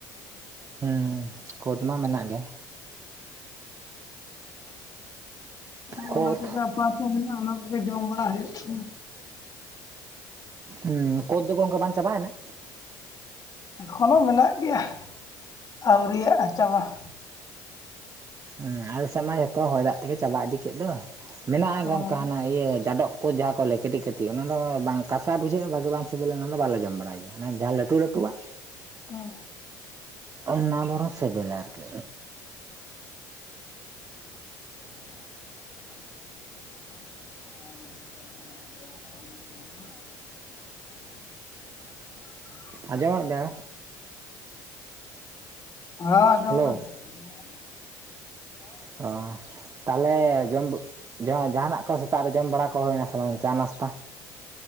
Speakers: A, on the right; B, on the left.
A: ᱦᱩᱸ ᱠᱳᱫᱽᱢᱟ ᱢᱮᱱᱟᱜ ᱜᱮ᱾
B: ᱦᱚᱱᱟ
A: ᱠᱳᱫᱽ
B: ᱠᱚᱜᱮ ᱟᱯᱟᱯᱚ ᱢᱮᱱᱟᱜᱼᱟ, ᱚᱱᱟ ᱠᱚᱜᱮ ᱡᱚᱢ ᱵᱟᱲᱟ ᱦᱩᱭᱩᱜ ᱠᱟᱱᱟ᱾
A: ᱦᱩᱸ ᱠᱳᱫᱽ ᱫᱚ ᱜᱚᱝᱠᱮ ᱵᱟᱝ ᱪᱟᱵᱟᱭᱮᱱᱟ?
B: ᱮᱠᱷᱚᱱᱳ ᱢᱮᱱᱟᱜ ᱜᱮᱭᱟᱦ ᱟᱣᱨᱤᱭᱟᱜᱼᱟ ᱪᱟᱵᱟᱦ᱾
A: ᱩᱸ ᱟᱞᱮᱥᱮᱜ ᱢᱟ ᱡᱚᱛᱚ ᱦᱚᱭ ᱫᱟᱜ ᱛᱮᱜᱮ ᱪᱟᱵᱟ ᱤᱫᱤ ᱠᱮᱫ ᱫᱚᱭ! ᱢᱮᱱᱟᱜᱼᱟ
B: ᱦᱚᱸ
A: ᱜᱚᱝᱠᱮ ᱦᱟᱱᱟ ᱤᱭᱟᱹ ᱡᱟᱰᱚᱵ ᱠᱚ ᱡᱟᱦᱟ ᱠᱚ ᱞᱟᱹᱭ ᱠᱟᱹᱴᱤᱜ-ᱠᱟᱹᱴᱤᱜ ᱚᱱᱟ ᱫᱚ ᱵᱟᱝ ᱠᱟᱥᱟ ᱵᱩᱡᱷᱟᱹᱜᱼᱟ, ᱵᱟᱜᱤ ᱵᱟᱝ ᱥᱤᱵᱤᱞᱟ ᱚᱱᱟ ᱫᱚ, ᱵᱟᱞᱮ ᱡᱚᱢ ᱵᱟᱲᱟᱭ ᱜᱮᱭᱟ ᱦᱟᱱᱮ ᱡᱟ ᱞᱮ ᱴᱩ-ᱞᱟᱹᱴᱩᱣᱟᱜ᱾
B: ᱚᱸ᱾
A: ᱚᱱᱱᱟ ᱵᱚᱨᱚ ᱥᱤᱵᱤᱞᱟᱨᱠᱤ᱾
B: <inaudible> <inaudible>
A: ᱟᱸᱡᱚᱢᱮᱫ ᱵᱮᱭ
B: ᱦᱟᱸ ᱟᱸᱡᱚᱢ
A: ᱦᱮᱞᱳ
B: ᱫᱟᱞᱤᱧ᱾
A: ᱚᱸᱻ ᱛᱟᱞᱦᱮ ᱡᱚᱢ, ᱡᱚ ᱡᱟᱦᱟᱱᱟᱜ ᱠᱚ ᱥᱮᱛᱟᱜ ᱨᱮ ᱡᱚᱢ ᱵᱟᱲᱟ ᱠᱚ ᱦᱩᱭᱮᱱᱟ ᱥᱮ ᱵᱟᱝ ᱪᱟ ᱱᱟᱥᱛᱟ?